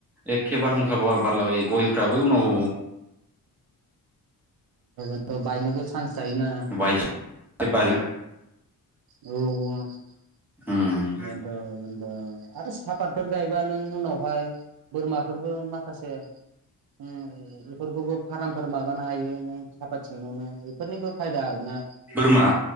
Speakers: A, in the centre; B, on the right.
A: एखेबार
B: औ
A: हुंखाब बारलाबायो गयफ्राबो उनाव
B: थ बायनोबो चान्स थायोना
A: बायस जोबबारिआ
B: औ औ ओ बेनोथ
A: उम
B: बेन ओ आरो सापातफोर गायबा नों उनावहाय बोरमाफोरबो माखासे उम बेफोरखौबो उम फार्मफोर माबानो हायो नों सापात सिङावनो बेफोरनिबो फायदा आरोना
A: बोरमा